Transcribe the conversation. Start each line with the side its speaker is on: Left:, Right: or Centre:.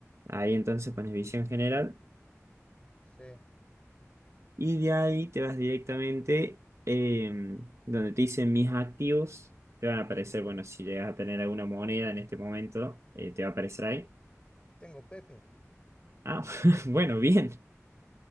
Right: Ahí entonces pones visión general.
Left: Sí.
Right: Y de ahí te vas directamente eh, donde te dicen mis activos. Te van a aparecer, bueno, si llegas a tener alguna moneda en este momento, eh, te va a aparecer ahí.
Left: Tengo Pepe.
Right: Ah, <laughs> bueno, bien.